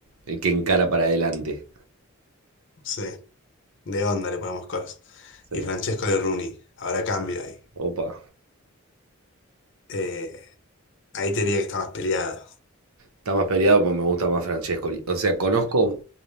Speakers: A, on the right; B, on the left.
A: El que encara para adelante.
B: Sí, de onda le ponemos Scholes.
A: Sí.
B: Y Francesco de Rooney. Ahora cambio ahí.
A: Opa.
B: Eh, ahí te diría que está más peleado.
A: Está más peleado, pero me gusta más Francescoli. O sea, conozco,